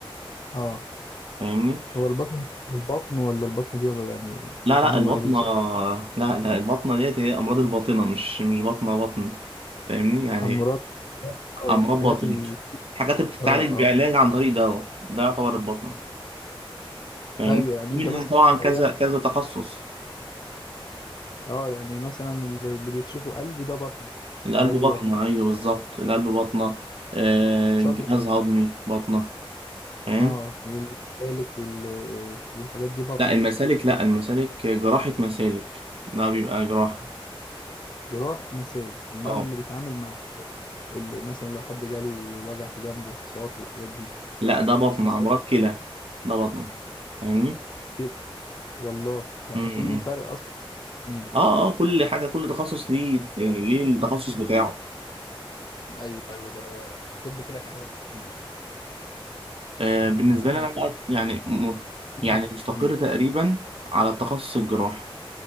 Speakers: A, on the left; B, on the right.
A: اه
B: فاهمني
A: هو البطن البطن ولا البطنة دي بقى يعني
B: لا
A: بيتعاملوا
B: لا البطنه
A: مع ايه بالظبط
B: لا لا البطنه ديت هي امراض الباطنه مش مش بطنه بطن فاهمني يعني
A: امراض اه
B: امراض
A: يعني الحاجات
B: باطنه
A: ال
B: الحاجات اللي بتتعالج
A: اه اه
B: بعلاج عن طريق دواء ده يعتبر البطنه يعني
A: ايوه يعني
B: في
A: انت
B: منها
A: بس
B: طبعا
A: عيان
B: كذا كذا تخصص
A: اه يعني مثلا ال- اللي بيكشفوا قلب ده بطن
B: القلب
A: عادي
B: بطنة
A: برضه
B: أيوه بالظبط القلب بطنة آه،
A: صدر
B: جهاز هضمي بطنة فاهم
A: اه والمسالك وال والحاجات دي بطنة
B: لا المسالك
A: برضه
B: لا المسالك جراحة مسالك ده بيبقى جراحة
A: جراحة مسالك امال
B: اه
A: اللي بيتعامل مع اللي مثلا لو حد جاله وجع في جنبه وحصوات والحاجات دي
B: لا ده بطنة
A: مش مسألة
B: أمراض كلى ده بطنة فاهمني؟
A: كده والله يعني
B: امم
A: في فرق اصلا اتنين
B: اه اه كل حاجة كل تخصص ليه يعني ليه التخصص بتاعه
A: ايوه ايوه ده الطب طلع فيه حاجات كتير
B: آه بالنسبة
A: يعني
B: لي أنا بقى يعني م...
A: في
B: يعني
A: فرق
B: مستقر
A: كتير
B: تقريبا على التخصص الجراحي